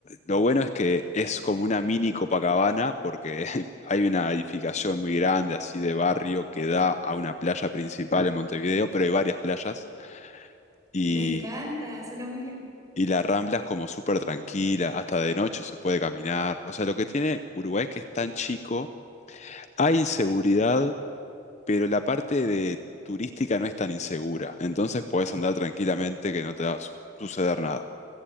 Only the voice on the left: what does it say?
lo bueno es que es como una mini Copacabana, porque <laughs> hay una edificación muy grande, así de barrio, que da a una playa principal en Montevideo, pero hay varias playas. Y,
y la Rambla es como súper tranquila, hasta de noche se puede caminar. O sea, lo que tiene Uruguay es que es tan chico, hay inseguridad pero la parte de turística no es tan insegura, entonces podés andar tranquilamente que no te va a su- suceder nada.